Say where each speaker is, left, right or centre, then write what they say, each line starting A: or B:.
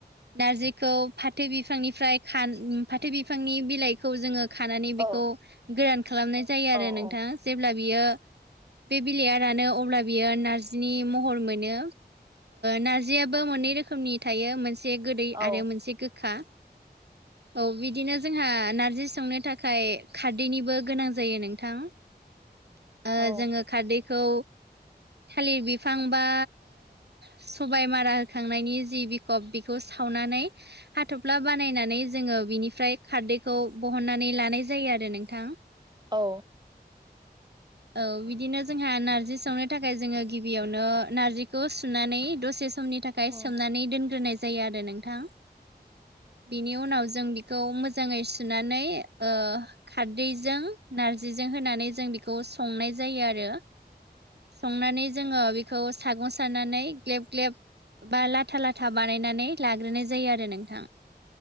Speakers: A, on the right (about 75°); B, on the right (about 25°).
A: नारजिखौ फाथो बिफांनिफ्राय खा फाथो बिफांनि बिलाइ खौ जोङो खानानै बेखौ
B: औ
A: गोरान खालामनाय जायो
B: औ
A: आरो नोंथां
B: औ
A: जेब्ला बियो बे बिलाइयानो अब्ला बियो नारजिनि महर मोनो नारजियाबो मोननै रोखोमनि थायो मोन से
B: औ
A: आरो मोनसे गोखा औ बिदिनो जोंहा नार जि संनो थाखाय खारदैनिबो गोनां जायो नोंथां ओ
B: औ
A: जोङो खारदैखौ थालिर बिफां ओ बा सबाय मारा होखांनायनि जि बिखब बेखौ सावनानै हाथ'फ्ला बानायनानै जोङो बिनिफ्राय खारदैखौ बहननानै लानाय जायो आरो नोंथां
B: औ
A: औ बिदिनो जोंहा नारजि सावनो थाखाय जोङो गिबियावनो नारजिखौ सुनानै दसे समनि था खाय
B: औ
A: सोमनानै दोनग्रोनाय जायो आरो नोंथां बिनि उनाव जों बिखौ मोजाङै सुनानै ओ खारदैजों नारजिजों होनानै जों बेखौ संनाय जायो आरो संनानै जोङो बेखौ सागं सारनानै ग्लेब ग्लेब बा ला था लाथा बानायनानै लाग्रोनाय जायो आरो नोंथां